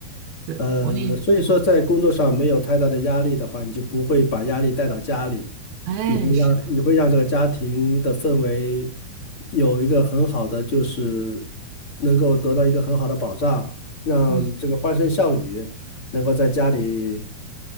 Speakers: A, on the right; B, on the left.
A: 是，
B: 呃，
A: 我也是这样
B: 所以说在工作上没有太大的压力的话，你就不会把压力带到家里，
A: 哎，
B: 你会让你会让这个家庭的氛围
A: 是的，
B: 有一个很好的，就是能够得到一个很好的保障，让这个欢声笑语。
A: 嗯。
B: 能够在家里